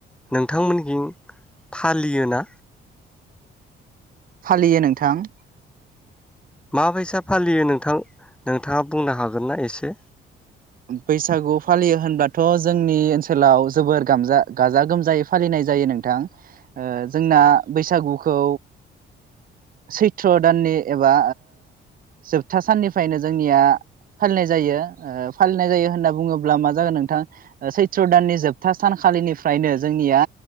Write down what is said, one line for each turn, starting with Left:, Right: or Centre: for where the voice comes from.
Centre: नोंथांमोनजों फालियोना?
Right: फालियो नोंथां।
Centre: माबैसा फालियो नोंथां नोंथाङा बुंनो हागोन ना एसे?
Right: बैसागु फालियो होनब्लाथ जोंनि ओनसोलाव जोबोर गा गाजा गोमजायै फालिनाय जायो नोंथां जोंना बैसागुखौ सैथ्रदाननि एबा जोबथा साननिफ्रायनो जोंनिया फालिनाय जायो। फालिनाय जायो होनना बुङोब्ला मा जागोन नोंथां सैथ्र दाननि जोबथा सानखालिनिफ्रायनो जोंनिया